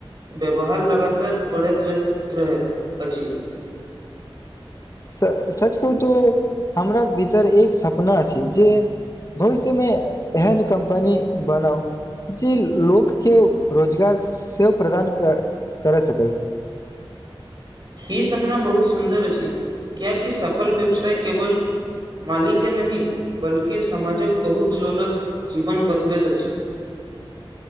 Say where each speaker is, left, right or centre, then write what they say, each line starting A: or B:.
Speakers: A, on the right; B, on the left.
A: व्यवहार लगातार बढ़ त्त रहैत अछि
B: स सच कहू तो हमरा भीतर एक सपना छै जे भविष्यमे एहन कम्पनी बनाउ जी लोकके रोजगार सेहो प्रदान कर कर सकै
A: ई सपना बहुत सुन्दर अछि कियाकि सफल व्यवसाय केवल मालीके नहि बल्कि समाजक बहुत लोकक जीवन बदलैत अछि <inaudible>